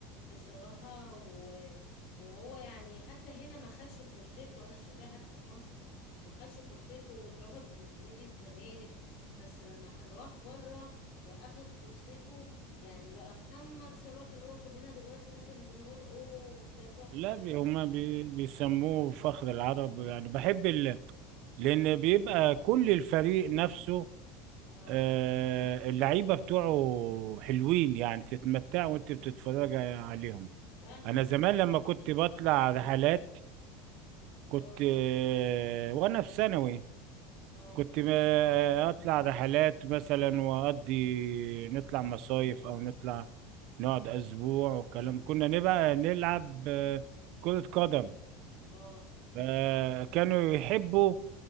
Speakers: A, on the left; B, on the right.
A: بصراحة و- وهو يعني حتى هنا ما خدش فرصته أنا شايفاه حتى في مصر ما خدش فرصته واترفض من نادي الزمالك بس لما راح بره وأخد فرصته يعني بقى محمد صلاح اللي هو كلنا دلوقتي مثلا بنقول أوه ده تحفة
B: لا بي-
A: ده
B: هما بي... بيسموه فخر العرب يعني بحب ال... لان بيبقى كل الفريق نفسه
A: اه
B: آه، اللعيبه بتوعه حلوين يعني تتمتع وانت بتتفرج عليهم
A: فاهمة
B: انا زمان
A: بتبقى
B: لما
A: حلوة
B: كنت بطلع رحلات كنت
A: اه
B: آه، وانا في ثانوي
A: اه
B: كنت آه، اطلع رحلات مثلا واقضي نطلع مصايف او نطلع نقعد اسبوع والكلام ده. كنا نبقى نلعب آه، كرة قدم
A: اه
B: فكانوا يحبوا